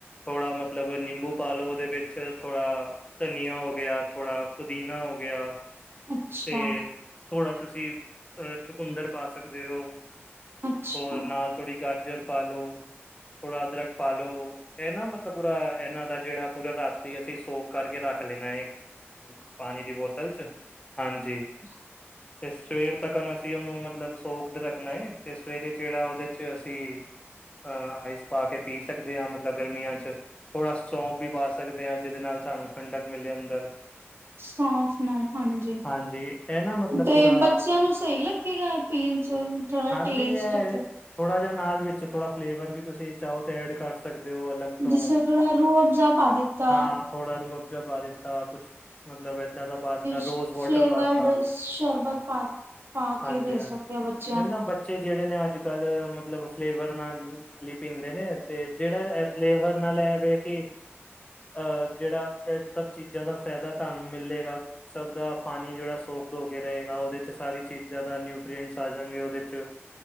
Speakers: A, on the left (about 25°); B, on the right (about 55°).
A: ਥੋੜਾ ਮਤਲਬ ਨਿੰਬੂ ਪਾਲੋ ਉਹਦੇ ਵਿੱਚ ਥੋੜਾ ਧਨੀਆ ਹੋ ਗਿਆ, ਥੋੜਾ ਪੁਦੀਨਾ ਹੋ ਗਿਆ
B: ਅੱਛਾ
A: ਤੇ ਥੋੜਾ ਤੁਸੀਂ ਅਹ ਚਕੁੰਦਰ ਪਾ ਸਕਦੇ ਓ।
B: ਅੱਛਾ
A: ਹੋਰ ਨਾਲ ਥੋੜੀ ਗਾਜਰ ਪਾ ਲਓ, ਥੋੜਾ ਅਦਰਕ ਪਾ ਲਓ ਏਹ ਨਾ ਮਤਲਬ ਪੂਰਾ ਇਹਨਾਂ ਦਾ ਜਿਹੜਾ ਪੂਰਾ ਰਾਤੀ ਅਸੀਂ ਸੋਕ ਕਰਕੇ ਰੱਖ ਲੈਣਾ ਏ। ਪਾਣੀ ਦੀ ਬੋਤਲ 'ਚ, ਹਾਂਜੀ।
B: <inaudible>
A: ਤੇ ਸਵੇਰ ਤੱਕ ਅਸੀਂ ਉਹਨੂੰ ਮਤਲਬ ਸੋਕ ਰੱਖਣਾ ਹੈ ਤੇ ਸਵੇਰੇ ਜਿਹੜਾ ਉਹਦੇ 'ਚ ਅਸੀਂ ਅਹ ਆਈਸ ਪਾ ਕੇ ਪੀ ਸਕਦੇ ਹਾਂ ਮਤਲਬ ਗਰਮੀਆਂ 'ਚ ਥੋੜ੍ਹਾ ਸੌਂਫ ਵੀ ਪਾ ਸਕਦੇ ਹਾਂ ਜਿਹਦੇ ਨਾਲ ਸਾਨੂੰ ਠੰਡਕ ਮਿਲੇ ਅੰਦਰ
B: ਸੌਂਫ ਨਾਲ ਹਾਂਜੀ
A: ਹਾਂਜੀ ਇਹ ਨਾ ਮਤਲਬ
B: ਤੇ
A: ਪੂਰਾ
B: ਬੱਚਿਆਂ ਨੂੰ ਸਹੀ ਲੱਗੇਗਾ ਪੀਣ 'ਚ ਥੋੜਾ
A: ਹਾਂਜੀ
B: ਟੇਸਟ
A: ਇਹ
B: 'ਚ
A: ਥੋੜਾ ਜਿਹਾ ਨਾਲ ਵਿੱਚ ਥੋੜਾ ਫਲੇਵਰ ਵੀ ਤੁਸੀਂ ਚਾਹੋ ਐਡ ਕਰ ਸਕਦੇ ਹੋ ਅਲੱਗ ਤੋਂ
B: ਜਿਸੇ ਥੋੜਾ ਰੂਹ ਅਫਜ਼ਾ ਪਾ ਦਿੱਤਾ
A: ਖਾਣ ਥੋੜਾ ਰੂਹਬਜ਼ਾ ਪਾ ਦਿੱਤਾ ਕੁਛ ਮਤਲਬ ਐਦਾਂ ਦਾ ਪਾ
B: ਛ
A: ਰੋਜ਼ ਵਾਟਰ
B: ਫਲੇਵਰਡ
A: ਪਾ ਦਿੱਤਾ
B: ਸ਼ਰਬਤ ਪਾ ਪਾ ਕੇ
A: ਹਾਂਜੀ-ਹਾਂਜੀ,
B: ਦੇ ਸਕਦੇ ਹਾਂ ਬੱਚਿਆਂ
A: ਨਾਲੇ
B: ਨੂੰ
A: ਨਾ ਬੱਚੇ ਜਿਹੜੇ ਨੇ ਅੱਜ ਕੱਲ ਮਤਲਬ ਫਲੇਵਰ ਨਾਲ - ਨਾਲ ਹੀ ਪੀਂਦੇ ਨੇ ਤੇ ਜੇਹੜਾ ਐ ਫਲੇਵਰ ਨਾਲ ਹੈਵੇ ਕਿ ਅਹ ਜਿਹੜਾ ਏਹ ਸਭ ਚੀਜ਼ਾਂ ਦਾ ਫਾਇਦਾ ਤੁਹਾਨੂੰ ਮਿਲੇਗਾ ਸਭ ਦਾ ਪਾਣੀ ਜਿਹੜਾ ਸੋਕਡ ਹੋ ਕੇ ਰਹੇਗਾ ਉਹਦੇ 'ਚ ਸਾਰੀ ਚੀਜ਼ਾਂ ਦਾ ਨਿਊਟਰੀਐਂਟਸ ਆ ਜਾਣਗੇ ਉਹਦੇ 'ਚ